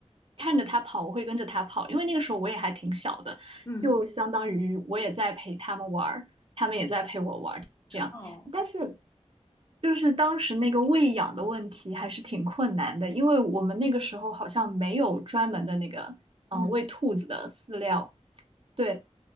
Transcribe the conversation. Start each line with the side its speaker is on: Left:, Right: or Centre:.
Right: 看着他跑，我会跟着他跑，因为那个时候我也还挺小的，
Left: 嗯，
Right: 就相当于我也在陪他们玩儿，他们也在陪我玩儿。
Left: 哦，
Right: 但是就是当时那个喂养的问题还是挺困难的，因为我们那个时候好像没有专门的那个嗯、
Left: 嗯
Right: 呃喂兔子的饲料，对。